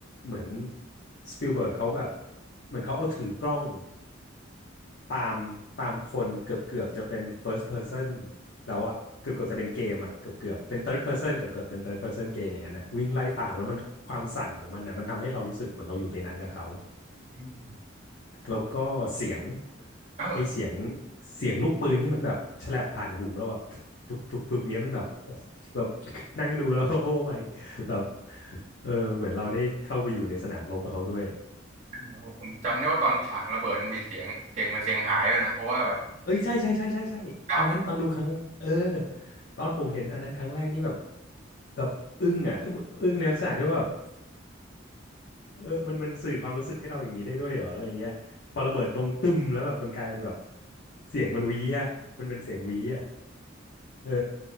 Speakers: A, on the left; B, on the right.
A: เหมือนสปิลเบิร์กเขาแบบเหมือนเขาเอาถือกล้องตามตามคนเกือบเกือบจะเป็น first person แล้วอะเกือบเกือบจะเป็นเกมอะเกือบเกือบเป็น third person เกือบเกือบเป็น third person เกมอย่างนั้นนะวิ่งไล่ตามแล้วมันความสั่นของมันนะมันทำให้เรารู้สึกเหมือนเราอยู่ในนั้นนะเขา
B: อืม
A: แล้วก็เสียง
B: เออ
A: ไอเสียงเสียงลูกปืนที่มันแบบแฉลบผ่านหูแล้วแบบปุ๊บปุ๊บปุ๊บเงี้ยมันแบบโอ้โหแบบนั่งดูแล้ว <laughs> โอ้ my แบบเออเหมือนเราได้เข้าไปอยู่ในสนามรบกับเขาด้วย
B: อ๋อผมจำได้ว่าตอนฉากระเบิดมันมีเสียงเสียงมันเสียงหายเลยนะเพราะว่าแบบ
A: เอ้ยใช่ใช่ใช่ใช่ใช่ตอนนั้นตอนดูครั้งเออ
B: ดับ
A: ตอนผมเห็นอันนั้นครั้งแรกนี่แบบแบบอึ้งอ่ะอึ้งอึ้งในลักษณะที่ว่าแบบเออมันมันสื่อความรู้สึกให้เราอย่างนี้ได้ด้วยเหรออะไรเงี้ยพอระเบิดตรงตึมแล้วแบบมันกลายเป็นแบบเสียงมันหวีอ่ะมันเป็นเสียงหวีอ่ะเออ